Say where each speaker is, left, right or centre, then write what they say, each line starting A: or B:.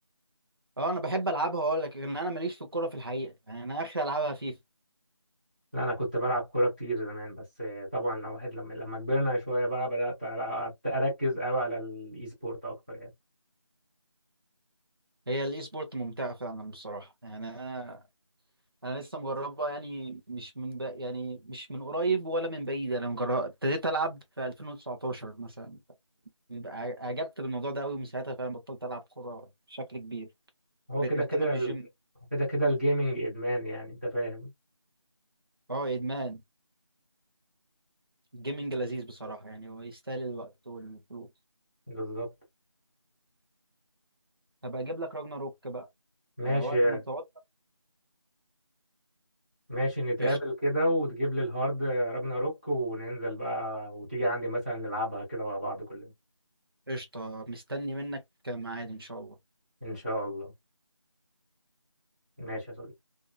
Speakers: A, on the right; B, on the right.
A: اه انا بحب العبها اقول لك ان انا ماليش في الكوره في الحقيقه يعني انا اخر العبها فيفا
B: لا انا كنت بلعب كوره كتير زمان بس آه، طبعا لو واحد لما لما كبرنا شويه بقى بدات ألع- اركز قوي على الاي سبورت اكتر يعني
A: هي الاي سبورت ممتعه فعلا بصراحه يعني انا انا لسه مجربها يعني مش من ب... يعني مش من قريب ولا من بعيد انا مجرب ابتديت العب في 2019 مثلا ع- اعجبت بالموضوع ده قوي ومن ساعتها فعلا بطلت العب كوره بشكل كبير
B: هو
A: بقيت
B: كده
A: مهتم
B: كده
A: بالجيم
B: ال... هو كده كده الجيمنج ادمان يعني انت فاهم
A: اه ادمان الجيمنج لذيذ بصراحه يعني هو يستاهل الوقت والفلوس
B: بالظبط
A: هبقى اجيب لك راجنا روك بقى
B: آه، ماشي
A: آه، وقت ما تقعد
B: ماشي نتقابل
A: قشطه
B: كده وتجيب لي الهارد راجنا روك وننزل بقى وتيجي عندي مثلا نلعبها كده مع بعض كلنا
A: قشطه مستني منك ميعاد ان شاء الله
B: ان شاء الله ماشي يا صديقي